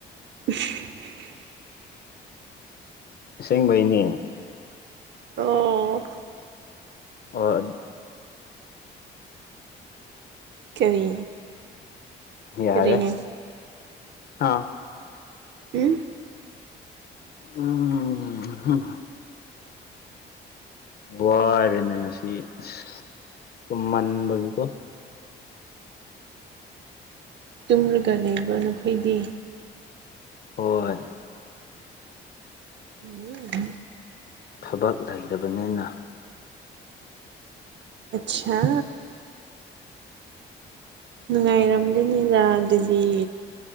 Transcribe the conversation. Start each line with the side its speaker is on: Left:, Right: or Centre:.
Right: <inaudible>
Left: ꯁꯁꯦꯡꯕꯩꯅꯦ
Right: ꯑꯣ
Left: ꯑꯣ
Right: ꯀꯔꯤ
Left: ꯌꯥꯔꯦ
Right: ꯀꯔꯤ
Left: ꯍꯥꯥ
Right: ꯎꯝ
Left: ꯎꯝ ꯋꯥꯔꯦꯅꯦ ꯉꯁꯤ ꯑꯁ ꯇꯨꯝꯃꯟꯕꯒꯤꯀꯣ
Right: ꯇꯨꯝꯂꯒ ꯂꯩꯕ꯭ꯔ ꯅꯈꯣꯏꯗꯤ
Left: ꯍꯣꯏ
Right: ꯎꯝ
Left: ꯊꯕꯛ ꯂꯩꯕꯅꯤꯅ
Right: ꯑꯆꯥ ꯅꯨꯡꯉꯥꯏꯔꯝꯗꯦꯅꯤꯗ ꯑꯗꯨꯗꯤ